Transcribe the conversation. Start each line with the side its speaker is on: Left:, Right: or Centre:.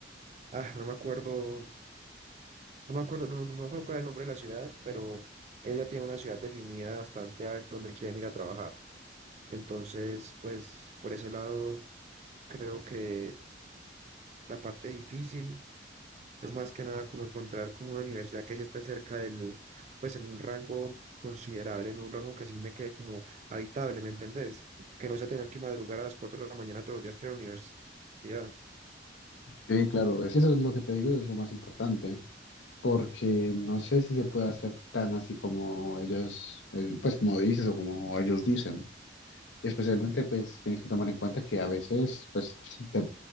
Right: Ah, no me acuerdo, no me acuerdo, no, no me acuerdo cuál es el nombre de la ciudad, pero ella tiene una ciudad definida bastante a donde quieren ir a trabajar. Entonces, pues por ese lado creo que La parte difícil es más que nada como encontrar como una universidad que sí esté cerca del, pues en un rango considerable, en un rango que sí me quede como habitable, ¿me entendés? Que no sea tener que madrugar a las 4 de la mañana todos los días para la universidad.
Left: Sí, claro, es, eso es lo que te digo, es lo más importante, porque no sé si se puede hacer tan así como ellos, eh, pues como dices o como ellos dicen. Y especialmente, pues tienes que tomar en cuenta que a veces, pues si te